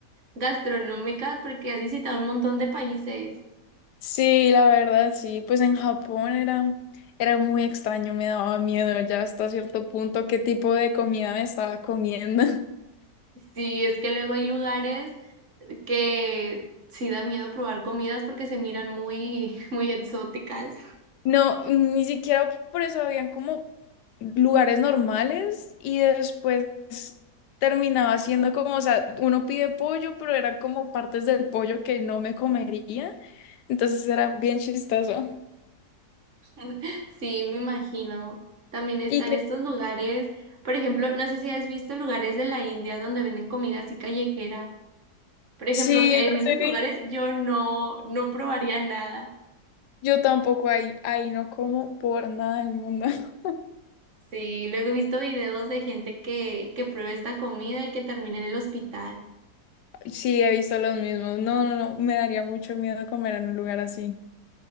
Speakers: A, on the right (about 50°); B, on the left (about 80°).
A: gastronómicas porque has visitado un montón de países.
B: Sí, la verdad, sí. Pues en Japón era, era muy extraño, me daba miedo ya hasta cierto punto qué tipo de comida me estaba comiendo. <laughs>
A: Sí, es que luego hay lugares que sí da miedo probar comidas porque se miran muy, <laughs> muy exóticas.
B: No, ni siquiera por eso habían como lugares normales y después terminaba siendo como, o sea, uno pide pollo, pero eran como partes del pollo que no me comería. Entonces era bien chistoso.
A: <laughs> Sí, me imagino. También están
B: Y que
A: estos lugares, por ejemplo, no sé si has visto lugares de la India donde venden comida así callejera. Por ejemplo,
B: sí,
A: en
B: lo
A: esos lugares
B: sé,
A: yo no, no probaría nada.
B: yo tampoco ahí, ahí no como por nada del mundo. <laughs>
A: Sí, luego he visto videos de gente que, que prueba esta comida y que termina en el hospital.
B: Sí, he visto los mismos. No, no, no, me daría mucho miedo comer en un lugar así.